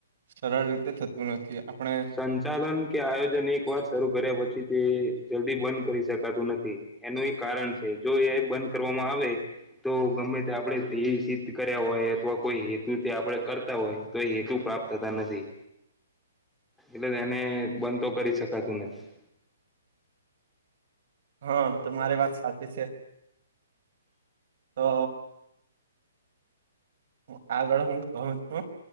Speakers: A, on the right; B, in the centre.
A: સરળ રીતે થતું નથી આપણે
B: સંચાલન કે આયોજન એક વાર શરૂ કર્યા પછી તે જલ્દી બંધ કરી શકાતું નથી એનું એક કારણ છે જો એ બંધ કરવામાં આવે તો ગમે તે આપણે તે સિદ્ધ કર્યા હોય અથવા કોઈ હેતુ તે આપણે કરતા હોય તો એ હેતુ પ્રાપ્ત થતા નથી એટલે એને બંધ તો કરી શકાતું નથી.
A: હા તો મારી વાત સાચી છે તો હ આગળ હું કહું છું